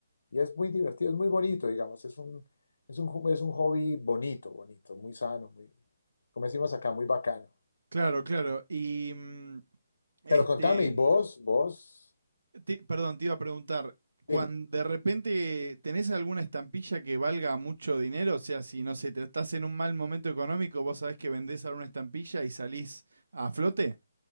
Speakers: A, on the left (about 75°); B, on the right (about 75°).
A: Y es muy divertido, es muy bonito, digamos, es un, es un, ju- es un hobby bonito, bonito, muy sano, muy, como decimos acá, muy bacano.
B: Claro, claro. Y mm, este...
A: Pero contame, ¿y vos, vos,
B: Te- perdón, te iba a preguntar, cuando
A: dime,
B: de repente tenés alguna estampilla que valga mucho dinero, o sea, si no sé, te estás en un mal momento económico, vos sabés que vendés alguna estampilla y salís a flote,